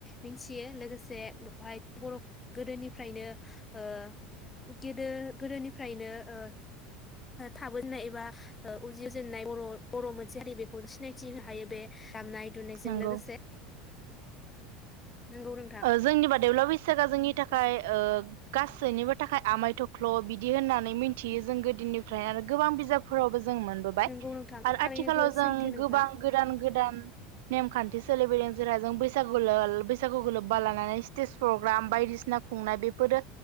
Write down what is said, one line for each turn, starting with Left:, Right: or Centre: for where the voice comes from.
Left: मिथियो लोगोसे बेवहाय बर'फ गोदोनिफ्रायनो ओ गोदो गोदोनिफ्रायनो ओ थाबोननाय एबा ओ उजिजेननाय बर' <inaudible> दामनाय दुनायजों
Right: नंगौ
Left: लोगोसे नंगौ नोंथां
Right: जोंनि बादैब्ला बैसागुआ जोंनि थाखाय ओ गासैनिबो थाखाय आमाय थख्ल' बिदि होननानै मिथियो जों गोदोनिफ्राय आरो गोबां बिजाबफोरावबो जों जों मोनबोबाय
Left: नंगौ नोंथां
Right: आरो
Left: थारैनो
Right: आथिखालाव
Left: सैथो
Right: जों
Left: नोंथां
Right: गोबां गोदान गोदान <inaudible> लोब्बा लानानै स्टेज प्रग्राम बायदिसिना खुंनाय बेफोरो